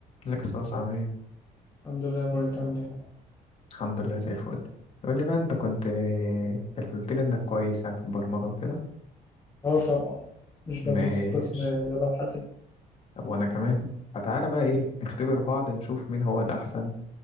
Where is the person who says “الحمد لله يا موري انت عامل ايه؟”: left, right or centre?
Left